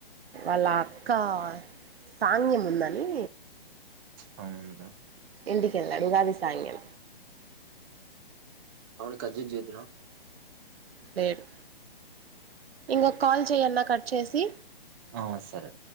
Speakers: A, on the right; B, on the right.
A: వాళ్ళ అక్క సాంగ్యం ఉందని
B: అవును కదా
A: ఇంటి కెళ్ళాడు ఉగాది సాంగం
B: అవును కట్ జేస్ జేద్దునా
A: లేరు ఇంగో కాల్ చెయన్నా కట్ చేసి
B: ఆ సరే